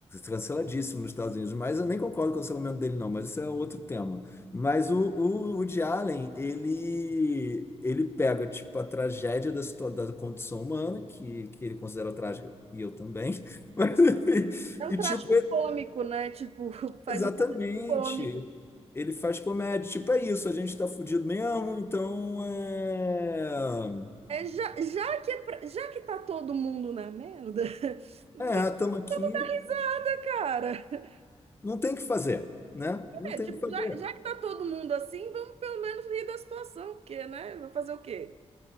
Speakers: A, on the left; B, on the right.
A: Canceladíssimo nos Estados Unidos, mas eu nem concordo com o cancelamento dele, não, mas isso é outro tema. Mas o, o Woody Allen, ele, ele pega, tipo, a tragédia da, situa- da condição humana, que, que ele considera trágica, e eu também, <laughs> mas, enfim,
B: É um
A: e,
B: trágico
A: tipo, ele-
B: cômico, né? Tipo, <laughs> faz
A: exatamente,
B: um traje cômico.
A: ele faz comédia, tipo, é isso, a gente tá fudido mesmo, então, é...
B: É, já, já que é pra- já que tá todo mundo na merda, <laughs> vamos
A: É, tamo aqui,
B: dar risada, cara.
A: não tem o que fazer, né?
B: É,
A: Não tem
B: tipo,
A: o que fazer.
B: já, já que tá todo mundo assim, vamos pelo menos rir da situação, porque, né? Vai fazer o quê?